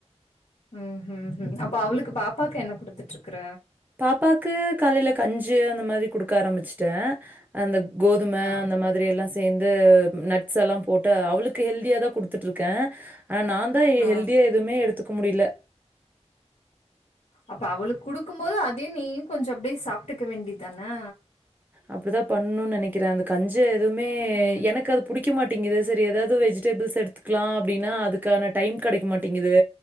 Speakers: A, on the left (about 80°); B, on the right (about 15°).
A: ம் ஹிம் ஹிம் அப்போ அவ்ளுக்கு பாப்பாக்கு என்ன குடுத்துட்டு இருக்ற
B: பாப்பாக்கு காலைல கஞ்சு அந்த மாரி குடுக்க ஆரம்பிச்ட்டே அந்த கோதும
A: ஆ.
B: அந்த மாதிரி எல்லா சேந்து நட்ஸ் எல்லா போட்டு அவளுக்கு ஹெல்தியா தா குடுத்துட்டு இருக்கே ஆனா நாந்தா
A: ஆ.
B: ஹெல்தியா எதுவும எடுத்து க்க முடில
A: அப்ப அவளுக்கு குடு க்கு போது அதயே நீயு கொஞ்சோ அப்டியே சாப்ட்டுக்க வேண்டிதானே
B: அப்டிதா பண்ணுனு நெனைக்ற அந்த கஞ்ச எதுவுமே
A: ம்.
B: எனக்கு அது புடி க்க மாட்டேங்து சரி ஏதாவது வெஜிடபிள்ஸ் எடுத்துக்கலா அப்டின்னா அதுக்கான டைம் கெடைக்க மாட்டேங்குது